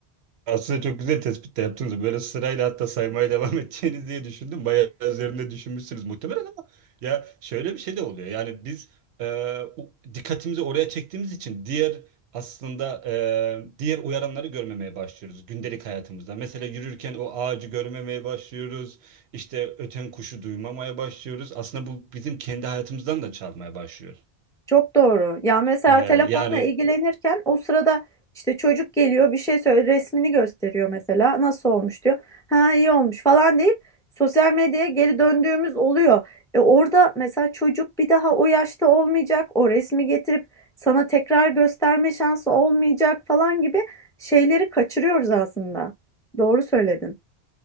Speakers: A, on the right; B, in the centre.
A: Aslında çok güzel tespit de yaptınız. Böyle sırayla hatta saymaya devam <laughs> edeceğiniz diye düşündüm. Bayağı üzerinde düşünmüşsünüz muhtemelen ama ya şöyle bir şey de oluyor. Yani biz e, u- dikkatimizi oraya çektiğimiz için diğer aslında e, diğer uyaranları görmemeye başlıyoruz gündelik hayatımızda. Mesela yürürken o ağacı görmemeye başlıyoruz. İşte öten kuşu duymamaya başlıyoruz. Aslında bu bizim kendi hayatımızdan da çalmaya başlıyor.
B: Çok doğru. Ya mesela
A: E,
B: telefonla
A: yani
B: ilgilenirken o sırada işte çocuk geliyor bir şey söyle resmini gösteriyor mesela nasıl olmuş diyor. Ha iyi olmuş falan deyip sosyal medyaya geri döndüğümüz oluyor. E orada mesela çocuk bir daha o yaşta olmayacak. O resmi getirip sana tekrar gösterme şansı olmayacak falan gibi şeyleri kaçırıyoruz aslında. Doğru söyledin.